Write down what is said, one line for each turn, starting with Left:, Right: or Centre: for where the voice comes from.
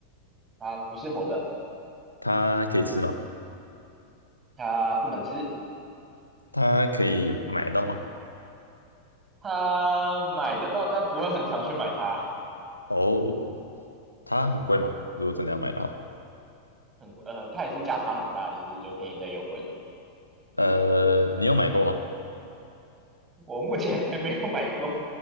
Right: 它不是活的，
Left: 它可以吃吗？
Right: 它不能吃，
Left: 它可以买得到吗？
Right: 它买得到，但不会很常去买它，
Left: 哦，它很贵吗？如果真的要买的话，
Right: 很贵，呃，它也是价差很大，就是有便宜的也有贵的。
Left: 呃，你有买过吗
Right: 我目前还没有买过，